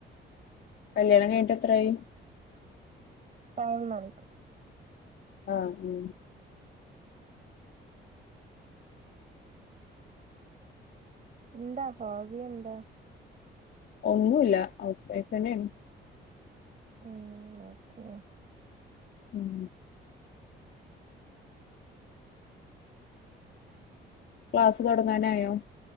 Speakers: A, on the left; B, on the right.
A: കല്യാണം കഴിഞ്ഞിട്ട് എത്രായി
B: ഫൈവ് മന്ത്
A: ആ ഉ
B: എന്താ ഹോബി എന്താ
A: ഒന്നുമില്ല ഹൗസ് വൈഫ് തന്നെയാണ്
B: ഉം ഓക്കെ
A: ഉം ക്ലാസ് തുടങ്ങാനായോ